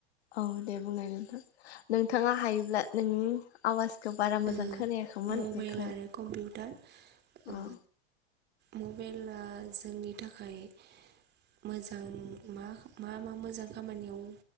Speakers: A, on the left (about 70°); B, on the right (about 30°).
A: औ दे बुंनाय नोंथां नोंथाङा हायोब्ला नोंनि आवाजखौ बारा मोजां
B: ओ
A: खोनायाखैमोन
B: मबाइल
A: बेखौ
B: आरो कम्पिउटार ओ
A: अ
B: मबाइला जोंनि थाखाय मोजां मा मा मा मोजां खामानियाव